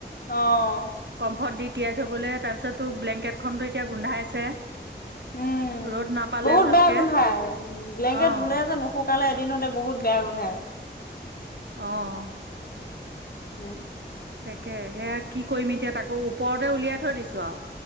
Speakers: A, on the left; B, on the right.
A: অ'।
B: কমফৰ্ট দি তিয়াই থবলৈ তাৰপিছতো ব্লেংকেটখনো এতিয়া গোন্ধাইছে।
A: উম,
B: ৰ'দ নাপালে
A: বহুত
B: ভালকে
A: বেয়া গোন্ধাই ব্লেংকেট
B: অ',
A: ধুলে যে নশু কালে এদিনতে বহুত বেয়া গোন্ধায়।
B: অ'।
A: উম।
B: তাকে সেয়া কি কৰিম এতিয়া তাকো ওপৰতে উলিয়াই থৈ দিছো আৰু।